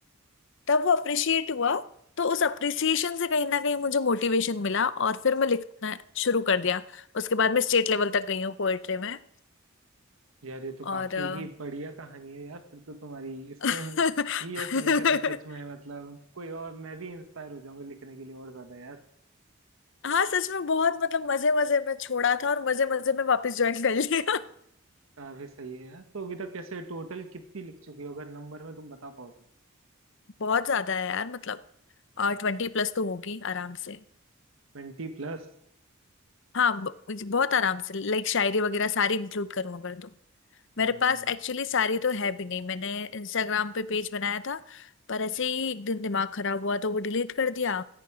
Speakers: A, on the left; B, on the right.
A: तब वो अप्रिशिएट हुआ तो उस अप्रिसिएशन से कहीं ना कहीं मुझे मोटिवेशन मिला और फिर मैं लिखना शुरू कर दिया उसके बाद मैं स्टेट लेवल तक गई हूँ पोएट्री में
B: यार ये तो
A: और
B: काफी
A: अ,
B: ही बढ़िया कहानी है यार फिर तो तुम्हारी इससे
A: <laughs>
B: ही ये सुन के तो सच में मतलब कोई और मैं भी इंस्पायर हो जाऊंगा लिखने के लिए और ज्यादा यार
A: हाँ सच में बहुत मतलब मजे मजे में छोड़ा था और मजे मजे में वापस ज्वाइन कर लिया <laughs>
B: काफी सही है यार तो अभी तक कैसे टोटल कितनी लिख चुकी हो अगर नंबर में तुम बता पाओ तो
A: बहुत ज्यादा है यार मतलब और ट्वेंटी प्लस तो होगी आराम से।
B: ट्वेंटी प्लस
A: हाँ ब- बहुत आराम से लाइक शायरी वगैरह सारी इंक्लूड करूँ अगर तो
B: हम्म
A: मेरे पास एक्चुअली सारी तो है भी नहीं मैंने इंस्टाग्राम पे पेज बनाया था पर ऐसे ही एक दिन दिमाग खराब हुआ तो वो डिलीट कर दिया